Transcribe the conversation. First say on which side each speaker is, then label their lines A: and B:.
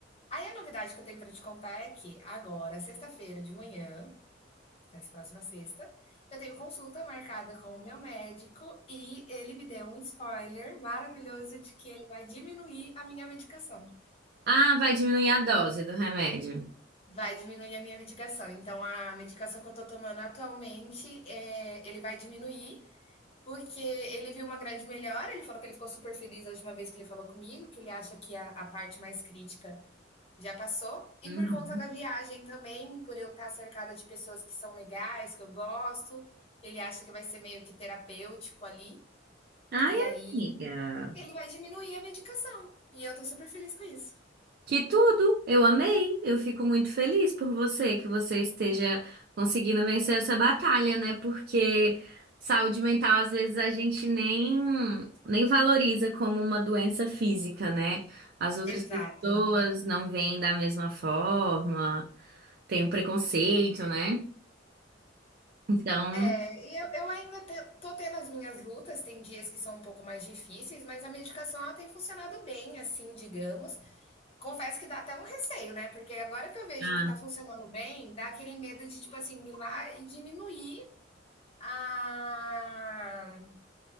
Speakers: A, on the left (about 30°); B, on the right (about 50°).
A: Aí a novidade que eu tenho para te contar é que agora, sexta-feira de manhã, nessa próxima sexta, eu tenho consulta marcada com o meu médico e ele me deu um spoiler maravilhoso de que ele vai diminuir a minha medicação.
B: Ah, vai diminuir a dose do remédio.
A: Vai diminuir a minha medicação. Então, a medicação que eu tô tomando atualmente, é, ele vai diminuir, porque ele viu uma grande melhora. Ele falou que ele ficou super feliz a última vez que ele falou comigo, que ele acha que a, a parte mais crítica já passou. E
B: Uhum.
A: por conta da viagem também, por eu estar cercada de pessoas que são legais, que eu gosto, ele acha que vai ser meio que terapêutico ali.
B: Ai,
A: E aí,
B: amiga.
A: ele vai diminuir a medicação. E eu tô super feliz com isso.
B: Que tudo! Eu amei! Eu fico muito feliz por você, que você esteja conseguindo vencer essa batalha, né? Porque saúde mental, às vezes, a gente nem, nem valoriza como uma doença física, né? As outras
A: Exato.
B: pessoas não veem da mesma forma, tem um preconceito, né? Então,
A: E Eu, eu ainda te- tô tendo as minhas lutas, tem dias que são um pouco mais difíceis, mas a medicação ela tem funcionado bem, assim, digamos. Confesso que dá até um receio, né? Porque agora que eu vejo
B: ah,
A: que tá funcionando bem, dá aquele medo de, tipo assim, ir lá e diminuir a,